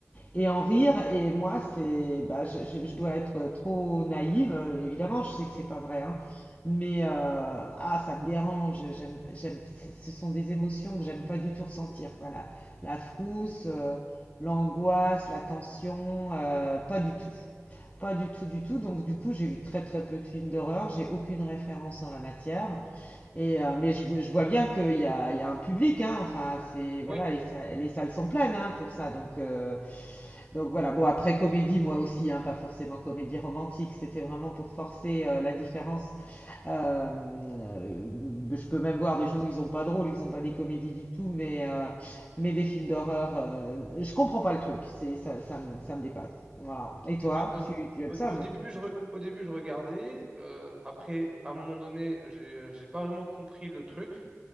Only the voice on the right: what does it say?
Hmm.
Oui.
Bah, au, dé-
au-
au
début, je re- au début, je regardais. euh, après, à un moment donné, j'ai j'ai pas vraiment compris le truc.